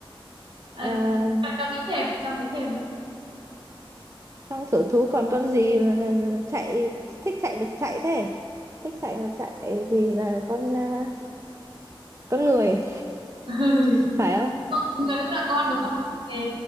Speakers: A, on the right (about 65°); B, on the right (about 30°).
A: Ờ,
B: Ờ,
A: À, cho, cho nghĩ thêm đấy, cho nghĩ thêm đấy.
B: trong sở thú còn con gì mà chạy thích chạy là chạy thế thích chạy là chạy thì là con à, con người
A: <laughs>
B: <laughs> phải không
A: Con- Người cũng là con đúng không? Ok.